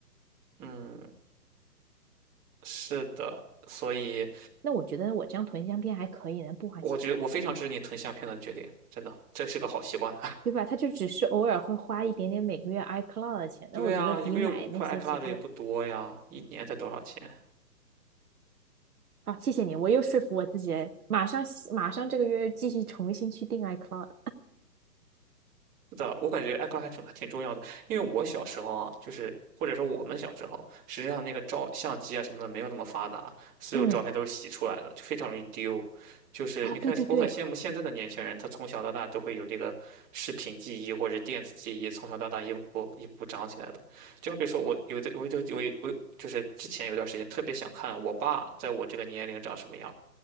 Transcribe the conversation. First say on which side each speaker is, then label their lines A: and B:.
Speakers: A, on the right (about 15°); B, on the right (about 65°).
A: 嗯，是的，所以
B: 那我觉得我这样囤相片还可以呢，不花钱，
A: 我觉得我非常支持你囤相片的决定，真的，这是个好习惯。
B: 对吧？他就只是偶尔会花一点点每个月 iCloud 的钱，
A: 对啊，
B: 那我觉得比买那些其他的
A: 一个月五块，i c l 克 u 的也不多呀，一年才多少钱？
B: 啊，谢谢你，我又说服我自己马上马上这个月继续重新去订 iCloud。
A: 是的，我感觉 I c 克 o 还挺还挺重要的，因为我小时候啊，就是或者说我们小时候，实际上那个照相机啊什么的没有那么发达，所有照片都是洗出来的，
B: 嗯，
A: 就非常容易丢。就是你看，
B: 啊，对对对，
A: 我很羡慕现在的年轻人，他从小到大都会有这个视频记忆或者电子记忆，从小到大一步步一步步长起来的。就好比说我有的，我就我我就是之前有段时间特别想看我爸在我这个年龄长什么样，